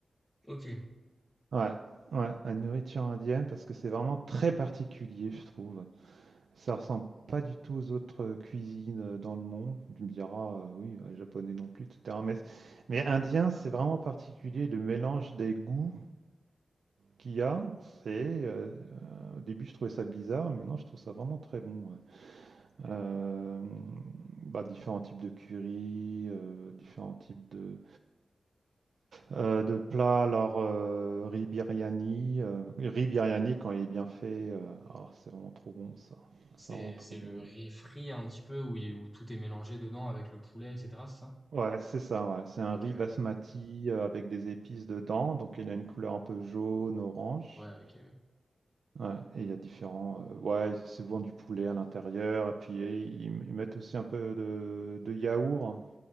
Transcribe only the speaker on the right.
Ouais. Ouais, la nourriture indienne parce que c'est vraiment très particulier, je trouve. Ça ressemble pas du tout aux autres euh, cuisines euh, dans le monde. Tu me diras, euh, oui, ouais, japonais non plus, etc. Mais, mais indien, c'est vraiment particulier le mélange des goûts qu'il y a. C'est, euh, euh, au début, je trouvais ça bizarre, mais non, je trouve ça vraiment très bon. ouais. Euh, bah, différents types de curry, euh, différents types de, euh, de plats. Alors, euh, riz biryani, euh, riz biryani quand il est bien fait, euh, alors, c'est vraiment trop bon ça.
C'est vraiment trop
bon.
Ouais, c'est ça, ouais. C'est un
riz
basmati, heu, avec des épices dedans, donc il a une couleur un peu jaune, orange.
Ouais et il y a différents, heu, ouais, c'est souvent du poulet à l'intérieur et puis et ils ils mettent aussi un peu de de yaourt.